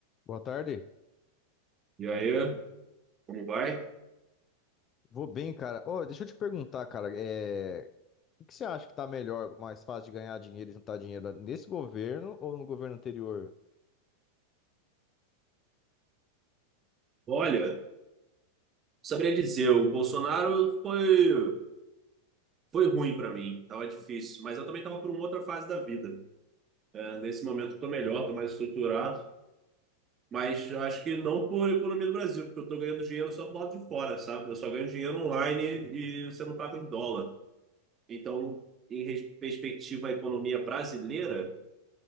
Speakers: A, on the left; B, on the right.
A: Boa tarde.
B: E aí, como vai?
A: Vou bem, cara. Ô, deixa eu te perguntar, cara, é... o que que você acha que tá melhor, mais fácil de ganhar dinheiro e juntar dinheiro nesse governo ou no governo anterior?
B: Olha, saberia dizer, o Bolsonaro foi foi ruim para mim, tava difícil, mas eu também tava por uma outra fase da vida. É, Nesse momento eu tô melhor, tô mais estruturado, mas eu acho que não por economia do Brasil, porque eu tô ganhando dinheiro só do lado de fora, sabe? Eu só ganho dinheiro online e você não paga em dólar. Então, em res- perspectiva à economia brasileira,